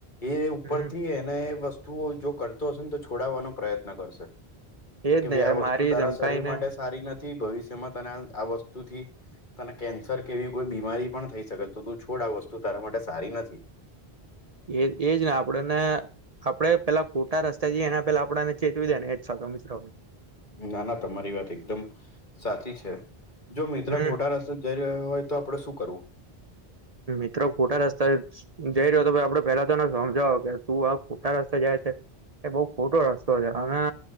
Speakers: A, on the left (about 50°); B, on the right (about 40°).
A: એ ઉપરથી
B: હમ
A: એને વસ્તુઓ જો કરતો હશે તો છોડાવવાનો પ્રયત્ન કરશે.
B: એજ
A: કે
B: ને
A: ભાઈ
B: યાર
A: આ વસ્તુ
B: મારી
A: તારા
B: ધમકાઈ
A: શરીર
B: ને
A: માટે સારી નથી ભવિષ્યમાં તને આ વસ્તુથી તને કેન્સર કેવી કોઈ બીમારી પણ થઈ શકે તો તું છોડ આ વસ્તુ તારા માટે સારી નથી.
B: એ એજ ને આપડને આપડે પેલા ખોટા રસ થયએ એના પેલા આપણા ને ચેતવી દે ને એ જ સાચો મિત્ર
A: ના ના તમારી વાત એકદમ સાચી છે જો મિત્ર
B: હમ
A: ખોટા રસ જઈ રહ્યો હોય તો આપણે શું કરવું.
B: મિત્રો ખોટા રસ્તે જઈ રહ્યો તો આપડે પેલા તોને સમજાવો કે તું આ ખોટા રસ્તે જાય છે. એ બહુ ખોટો રસ્તો છે અને